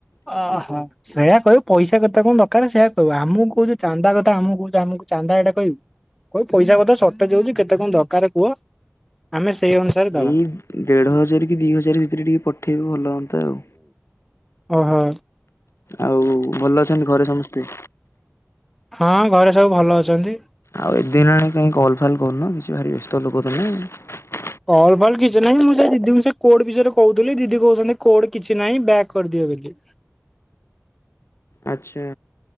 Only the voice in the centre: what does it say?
ଅହୋ ଶ୍ରେୟା କହିବୁ ପଇସା କଥା କଣ ର ଦରକାରେ ସେୟା କହିବୁ। ଆମକୁ କହୁଛୁ ଚାନ୍ଦା କଥା ଆମକୁ କହୁଛୁ ଆମକୁ ଚାନ୍ଦ ଏଇଟା କହିବୁ। କୁ ପଇସା କଥା ସର୍ଟେଜ୍ ହୋଉଛି କେତେ କଣ ଦରକାର କୁହ। ଆମେ ସେଇ ଅନୁସାରେ ଦବା।
ଓହୋ।
ହଁ ଘରେ ସବୁ ଭଲ ଅଛନ୍ତି।
ଭଲ୍ ଭଲ୍ କିଛି ନାହିଁ ମୁଁ ସେ ଦିଦିଙ୍କୁ ସେ କୋଡ୍ ବିଷୟରେ କହୁଥିଲି। ଦିଦି କହୁଛନ୍ତି କୋଡ୍ କିଛି ନାହିଁ ବ୍ୟାକ୍ କରିଦିଅ ବୋଲି।